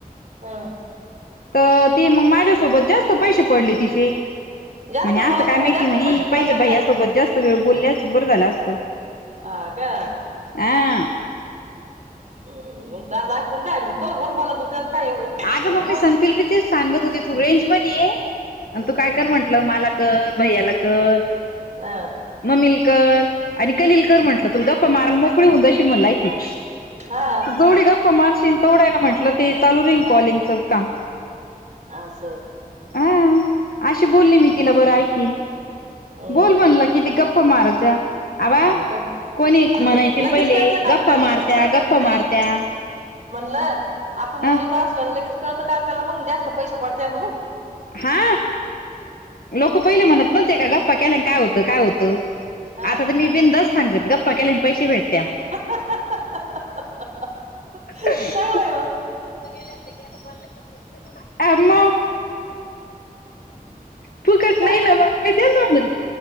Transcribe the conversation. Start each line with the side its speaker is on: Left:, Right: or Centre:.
Right: हा.
Left: तर ते मग माझ्यासोबत जास्त पैसे पडले तिचे.
Right: जास्त
Left: म्हणे असं
Right: बोलायचं
Left: काय
Right: मग
Left: माहिती
Right: जास्त
Left: म्हणी
Right: पैसे पडायचे
Left: पहिले भैया
Right: काय
Left: सोबत जास्त वेळ बोलली असती बरं झालं असतं.
Right: हा का.
Left: हा
Right: ह आ प काय मग, <inaudible> बर बोला त त्याच काय एवढं.
Left: अगं
Right: मी
Left: मम्मी
Right: बोललच
Left: संपल बी तेच सांगत होते, तू रेंज मध्ये ये. आणि
Right: हम्म
Left: तू काय कर म्हणल, मला कर भैयाला कर.
Right: अ
Left: मम्मी ला कर, आणि कलिलकर म्हटलं तुझ गप्पा माराला मोकळी होऊन जाशी म्हलाय एकादशी.
Right: हा
Left: जेवढी गप्पा मारशील तेवढं ना म्हंटलं ते चालू रहीन कॉलिंगचं काम.
Right: अस.
Left: अ अशी बोलली मी तिला, बरं ऐकन
Right: हम्म
Left: बोल म्हणलं किती गप. गप्पा मारायच्या. आवा
Right: हा का
Left: कोणी
Right: आणि
Left: म्हणायचे
Right: ते लगेच
Left: पहिले,
Right: कळतं का
Left: गप्प
Right: आपल्याला
Left: मारत्या,
Right: लगेच कळतं
Left: गप्प
Right: नाही
Left: मारत्या.
Right: म्हणलं आपण
Left: ह
Right: बोलत असल, लगेच कळतं का आपल्याला मग जास्त पैसे पडतेय म्हणून.
Left: हा. लोक पहिले म्हणत नव्हते का, गप्पा केल्या काय होतं, काय होतं,
Right: हा
Left: आता तर मी बिंदस्त गप्पा केल्या पैसे भेटत्या.
Right: <inaudible>
Left: <inaudible>
Right: चांगलं आहे मग
Left: हा मग. फुकट
Right: का
Left: नाही ना मग, मी तेच म्हणतोय